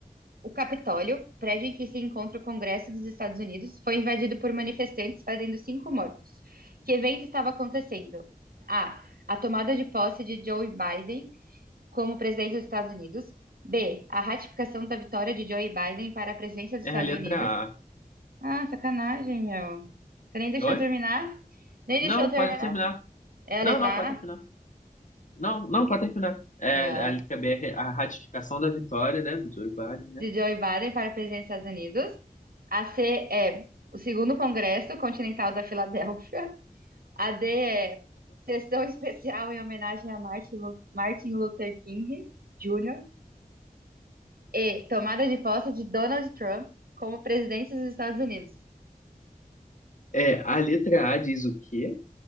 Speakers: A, on the right; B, on the left.
A: O Capitólio, prédio em que se encontra o Congresso dos Estados Unidos, foi invadido por manifestantes, fazendo cinco mortos. Que evento estava acontecendo? A. A tomada de posse de Joe Biden como presidente dos Estados Unidos. B. A ratificação da vitória de Joe Biden para a presidência dos Estados
B: É a letra
A: Unidos.
B: A.
A: Ah, sacanagem, meu. Você nem deixou
B: Oi?
A: eu terminar? Nem
B: Não,
A: deixou eu terminar?
B: pode terminar.
A: É a
B: Não,
A: letra
B: não, pode terminar.
A: A?
B: Não, não, pode terminar. É,
A: Não.
B: a letra B é a ratificação da vitória, né, do Joe Biden, né?
A: De Joe Biden para a presidência dos Estados Unidos. A C é o segundo Congresso Continental da Filadélfia. AD é sessão <laughs> especial em homenagem a Martin Lu- Martin Luther King Jr. E tomada de posse de Donald Trump como presidente dos Estados Unidos.
B: É, a letra A diz o quê?